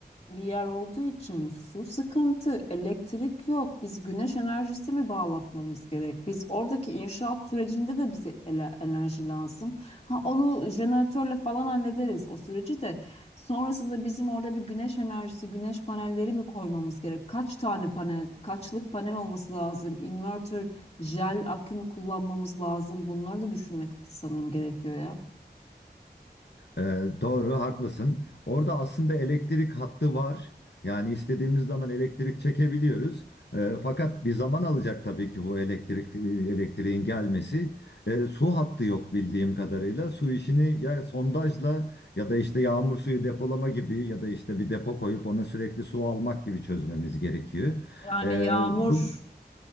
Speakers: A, on the left; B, on the left.
A: bir yer olduğu için su sıkıntı, elektrik yok. Biz güneş enerjisi mi bağlatmamız gerek? Biz oradaki inşaat sürecinde de bize ele- enerji lazım. Ha onu jeneratörle falan hallederiz o süreci de. Sonrasında bizim orada bir güneş enerjisi, güneş panelleri mi koymamız gerek? Kaç tane panel, kaçlık panel olması lazım? Inverter, jel akü mü kullanmamız lazım? Bunları da düşünmek sanırım gerekiyor ya.
B: E, doğru, haklısın. Orada aslında elektrik hattı var. Yani istediğimiz zaman elektrik çekebiliyoruz. E, fakat bir zaman alacak tabii ki bu elektrik e, elektriğin gelmesi. E, su hattı yok bildiğim kadarıyla. Su işini ya sondajla ya da işte yağmur suyu depolama gibi ya da işte bir depo koyup ona sürekli su almak gibi çözmemiz gerekiyor.
A: Yani
B: E,
A: yağmur
B: bu